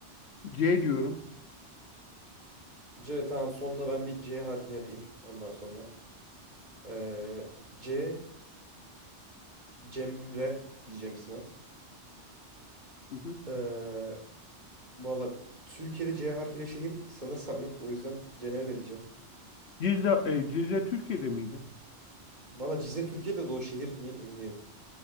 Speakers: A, on the left; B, on the right.
A: C diyorum.
B: C tamam sonunda ben bir C harfini yapayım. Ondan sonra. Eee, C Cemre diyeceğim isme.
A: Hı hı.
B: Eee, Valla Türkiye'de C harfiyle şehir sanırsam yok. O yüzden Cenevre diyeceğim.
A: Cizre, e, Cizre Türkiye'de miydi?
B: Valla Cizre Türkiye'de de o şehir mi emin değilim.